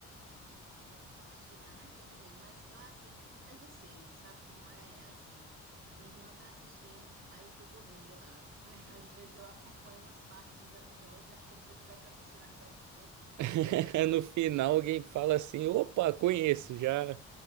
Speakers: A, on the right; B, on the right.
A: Eu acho que tá na quinta mesmo, mas eu assisto por terceiro, tu sabe como é? É assim, minha irmã tá assistindo, aí eu fico ouvindo de lado. <laughs> Aí às vezes eu acompanho umas partes dos episódios, é como se eu estivesse assistindo a série toda.
B: <laughs> No final alguém fala assim: opa, conheço, já,